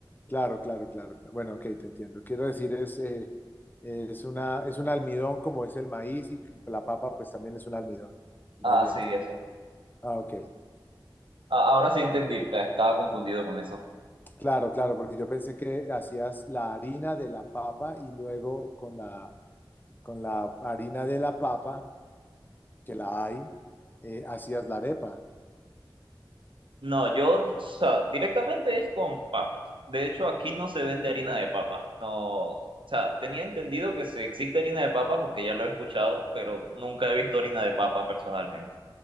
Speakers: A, on the left; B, on the right.
A: claro, claro, claro, claro. Bueno, ok, te entiendo. Quiero decir, es, eh, es una, es un almidón como es el maíz y la papa pues también es un almidón. Más
B: Ah,
A: bien,
B: sí,
A: entonces
B: eso.
A: digámoslo. Ah, ok.
B: Ah, ahora sí entendí, te- estaba confundido con eso.
A: Claro, claro, porque yo pensé que hacías la harina de la papa y luego con la, con la harina de la papa, que la hay, eh, hacías la arepa.
B: No, yo, o sea, directamente es con papas. De hecho, aquí no se vende harina de papa. No, o sea, tenía entendido que se existe harina de papa porque ya lo he escuchado, pero nunca he visto harina de papa personalmente.